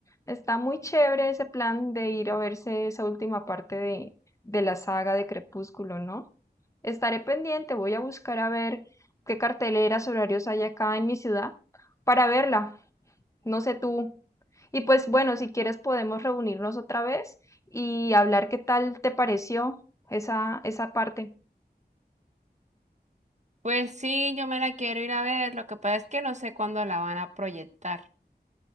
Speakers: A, on the left; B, on the right.
A: está muy chévere ese plan de ir a verse esa última parte de, de la saga de Crepúsculo, ¿no? Estaré pendiente, voy a buscar a ver qué carteleras, horarios hay acá en mi ciudad para verla. No sé tú. Y pues bueno, si quieres podemos reunirnos otra vez y hablar qué tal te pareció esa, esa parte.
B: Pues sí, yo me la quiero ir a ver. Lo que pasa es que no sé cuándo la van a proyectar.